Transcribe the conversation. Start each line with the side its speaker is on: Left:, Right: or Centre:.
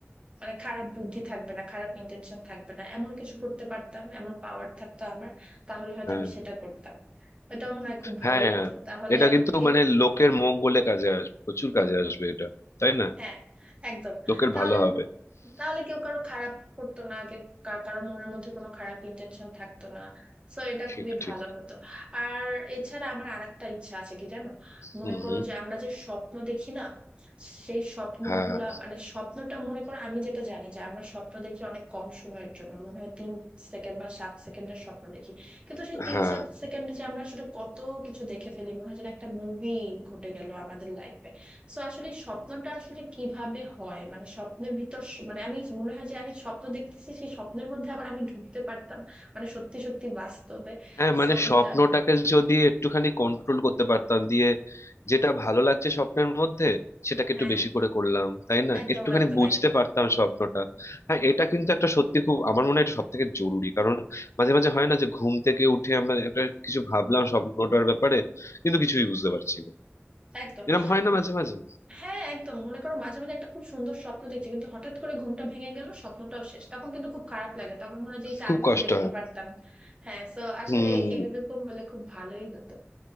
Right: মানে খারাপ বুদ্ধি থাকবে না খারাপ ইন্টেনশন থাকবে না এমন কিছু করতে পারতাম এমন পাওয়ার থাকতো আমার তাহলে হয়তো
Left: হ্যাঁ
Right: আমি সেটা করতাম এটা মনে হয় খুব ভালোই
Left: হ্যাঁ হ্যাঁ।
Right: হতো তাহলে
Left: এটা
Right: আর
Left: কিন্তু
Right: কেউ
Left: মানে লোকের মঙ্গলে কাজে আসবে প্রচুর কাজে আসবে এটা তাই না
Right: হ্যাঁ একদম
Left: লোকের
Right: তাহলে
Left: ভালো হবে
Right: তাহলে কেউ কারো খারাপ করতো না কেউ কা- কারো মনের মধ্যে কোনো খারাপ ইন্টেনশন থাকতো না সো এটা
Left: ঠিক
Right: খুবই
Left: ঠিক
Right: ভালো হতো আর এছাড়া আমার আরেকটা ইচ্ছা আছে কি জানো মনে
Left: হম
Right: করো যে আমরা যে স্বপ্ন দেখি না সেই স্বপ্নগুলা
Left: হ্যাঁ
Right: মানে স্বপ্নটা মনে করো আমি যেটা জানি যে আমরা স্বপ্ন দেখি অনেক কম সময়ের জন্য মনে হয় তিন সেকেন্ড বা সাত সেকেন্ডের স্বপ্ন দেখি কিন্তু সেই তিন
Left: হ্যাঁ
Right: সাত সেকেন্ডে যে আমরা আসলে কত কিছু দেখে ফেলি মনে হয় যেন একটা মুভি ঘটে গেল আমাদের লাইফে সো আসলে স্বপ্নটা আসলে কিভাবে হয় মানে স্বপ্নের ভিতর স- মানে আমি মনে হয় যে আমি স্বপ্ন দেখতেছি সেই স্বপ্নের মধ্যে আবার আমি ঢুকতে পারতাম মানে সত্যি সত্যি বাস্তবে
Left: হ্যাঁ মানে
Right: সো
Left: স্বপ্নটাকে
Right: এটা
Left: যদি একটুখানি কন্ট্রোল করতে পারতাম দিয়ে যেটা ভালো লাগছে স্বপ্নের মধ্যে সেটাকে
Right: হ্যাঁ
Left: একটু বেশি
Right: হ্যাঁ,
Left: করে করলাম তাই না
Right: একদম
Left: একটুখানি
Right: একদম
Left: বুঝতে
Right: একদম
Left: পারতাম স্বপ্নটা হ্যাঁ এটা কিন্তু একটা সত্যি খুব আমার মনে হয় এটা সব থেকে জরুরি কারণ মাঝে মাঝে হয় না যে ঘুম থেকে উঠে আমরা একটা কিছু ভাবলাম স্বপ্নটার ব্যাপারে কিন্তু কিছুই বুঝতে পারছি না
Right: একদম
Left: এরকম হয় না
Right: উম,
Left: মাঝে মাঝে
Right: হ্যাঁ একদম মনে করো মাঝে মাঝে একটা খুব সুন্দর স্বপ্ন দেখছি কিন্তু হঠাৎ করে ঘুমটা ভেঙে গেল স্বপ্নটাও শেষ তখন কিন্তু খুব খারাপ লাগে তখন মনে হয় যে ইস,
Left: খুব
Right: আর একটু
Left: কষ্ট
Right: দেখতে
Left: হয়
Right: পারতাম হ্যাঁ সো আসলে
Left: হুম
Right: এইরকম হলে খুব ভালোই হতো